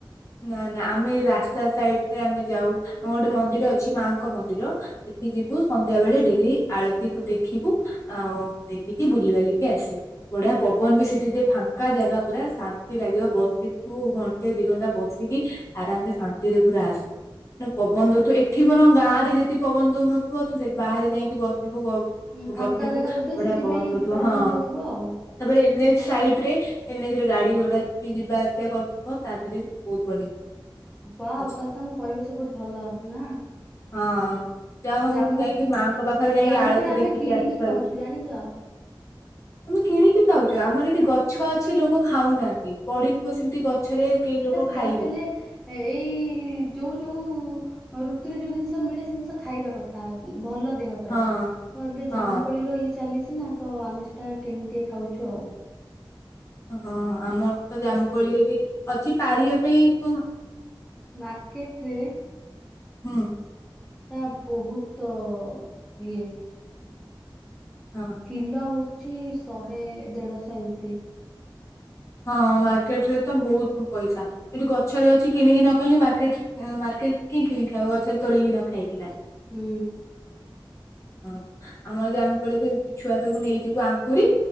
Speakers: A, on the left; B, in the centre.
A: ନା ନା ଆମେ ରାସ୍ତା ସାଇଡରେ ଆମେ ଯାଉ ଆମ ଗୋଟେ ମନ୍ଦିର ଅଛି ମାଙ୍କ ମନ୍ଦିର। ସେଠି ଯିବୁ ସନ୍ଧ୍ୟା ବେଳେ ଡେଲି ଆଳତିକୁୁ ଦେଖିବୁ। ଆଉ ଦେଖିକି ବୁଲ ବାଲିକି ଆସିବୁ। ବଢିଆ ପବନ ବି ସେଠି ଟିକେ ଫାଙ୍କା ଜାଗା ପୁରା ଶାନ୍ତି ଲାଗିବ ବସିବୁ ଘଣ୍ଟେ ଦି ଘଣ୍ଟା ବସ ବସିକି ଆରାମରେ ଶାନ୍ତିରେ ପୁରା ଆସୁ। ନା ପବନ ଦଉଥିବ ଏଠି ବରଂ ଗାଁ ରେ ଯଦି ପବନ ଦଉନଥିବ ତୁ ସେଠି ବାହାରେ ଯାଇକି ବସିବୁ
B: ହୁଁ ଫାଙ୍କା
A: ଗପିବୁ
B: ଜାଗା ବୋଧେ
A: ବଢିଆ
B: ସେଥିପାଇଁ
A: ପବନ ଦାଉଥିବ
B: ପବନ
A: ହଁ।
B: ଦଉଥିବ ଆଉ।
A: ତାପରେ ଏନ୍ ଏଚ ସାଇଟ ରେ ଏନ୍ଏଚରେ ଗାଡି ଘୋଡା ବି ଯିବା ଆସିବା କରୁଥିବ ତା ଦେହରେ ବହୁତ ବଢିଆ।
B: ୱାଉ
A: ବସିକି।
B: ତାହେଲେ ତମ ପରିବେଶ ବହୁତ ଭଲ ନା।
A: ହଁ ଯହା ହଉ
B: ଜାମୁ
A: ଯାଇକି ମାଙ୍କ ପାଖରେ ଯାଇକି
B: ଜାମୁ
A: ଆଳତି
B: କୋଳି ଆମେ
A: ଦେଖିକି
B: କିଣିକି
A: ଆସିପାରୁଛ।
B: ଖାଉଛୁ ଜାଣିଛ।
A: ତମେ କିଣିକି ଖାଉଛ ଆମର ଏଠି ଗଛ ଅଛି ଲୋକ ଖାଉନାହାନ୍ତି। ପଡିଥିବ ସେମିତି ଗଛରେ କେହିଁ ଲୋକ ଖାଇବେନି
B: ଯାହା ବି ହେଲେ ଏଇ ଯୋଉ ଯୋଉ ଋତୁରେ ଯୋଉ ଜିନିଷ ମିଳେ ସେ ଜିନିଷ ଖାଇବା କଥା ଉଁ ଭଲ ଦେହ। ପାଇଁ
A: ହଁ
B: ତ ଏବେ
A: ହଁ
B: ଜାମୁକୋଳିର ଇଏ ଚାଲିଛି ନା ତ ଆମେ ସେଟା କିଣିିକି ଟିକେ ଖାଉଛୁ ଆଉ।
A: ହଁ ଆମର ତ ଜାମୁକୋଳି ଏଠି ଅଛି ପାରିବା ପାଇଁ କଣ।
B: ମାର୍କେଟ ରେ
A: ହୁଁ
B: ଏ ବହୁତ ଇଏ।
A: ହଁ।
B: କିଲୋ ହଉଛି ଶହେ, ଦେଢ଼ଶହ ଏମିତି।
A: ହଁ ମାର୍କେଟରେ ତ ବହୁତ ପଇସା ଏଠି ଗଛରେ ଅଛି କିଣିକି ନ ଖାଇକି ମାର୍କେଟ। ଅଁ ମାର୍କେଟ କିଏ କିଣିକି ଖାଇବ ଗଛରେ ତୋଳିକି ନ ଖାଇକିନା।
B: ହୁଁ।
A: ହଁ ଆମର ଜାମୁ କୋଳି <unintelligible> ଛୁଆ ସବୁ ନେଇଯିବୁ ଆଙ୍କୁରି।